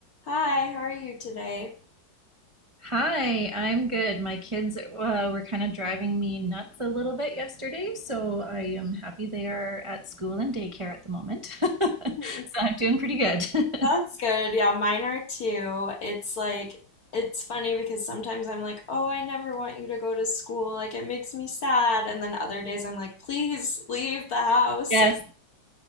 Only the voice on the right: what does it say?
Hi, I'm good. My kids uh, were kind of driving me nuts a little bit yesterday, so I am happy they are at school and daycare at the moment. <laughs>
So I'm doing pretty good. <laughs>
Yes,